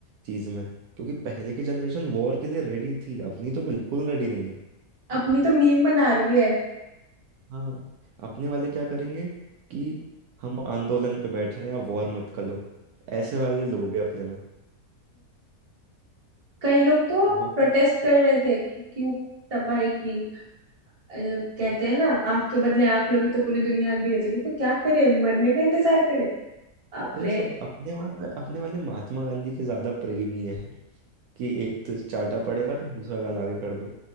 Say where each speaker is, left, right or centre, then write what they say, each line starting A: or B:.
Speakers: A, on the right; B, on the right.
A: चीज में क्योंकि पहले की जनरेशन वॉर के लिए रेडी थी अपनी तो बिल्कुल रेडी नहीं है
B: अपनी तो मीम बना रही है
A: हाँ अपने वाले क्या करेंगे कि हम आंदोलन पे बैठ रहे हैं आप वॉर मत करो ऐसे वाले लोग हैं अपने में
B: कई लोग तो
A: बहुत
B: प्रोटेस्ट कर रहे थे कि क्यों तबाही की अरे, कहते हैं ना आंख के बदले आंख लोगी तो पूरी दुनिया अंधी रचेगी तो क्या करे मरने का इंतजार करे बाप
A: वही
B: रे
A: सब अपने वहाँ अपने वाले महात्मा गांधी के ज्यादा प्रेमी है कि एक तो चाटा पड़ेगा तो दूसरा गाल आगे कर दो